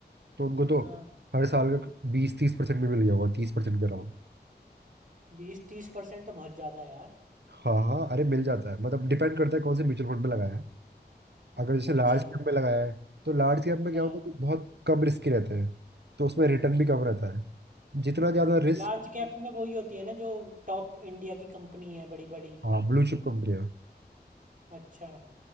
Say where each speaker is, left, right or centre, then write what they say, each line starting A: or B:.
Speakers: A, on the right; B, on the right.
A: तो उनको तो
B: हाँ
A: हर साल का बीस तीस परसेंट भी मिल गया होगा तीस परसेंट के अराउंड
B: बीस तीस परसेंट तो बहुत ज़्यादा है यार
A: हाँ हाँ अरे मिल जाता है मतलब डिपेंड करता है कौन से म्यूचुअल फंड में लगाया है अगर जैसे
B: अच्छा
A: लार्ज कैप में लगाया है तो लार्ज कैप में क्या
B: हाँ
A: होता है कि बहुत कम रिस्क रहते हैं तो उसमें रिटर्न भी कम रहता है जितना ज़्यादा रिस्क
B: लार्ज कैप में वही होती है ना जो टॉप इंडिया की कंपनी है बड़ी बड़ी
A: हाँ ब्लू चिप कंपनियाँ
B: अच्छा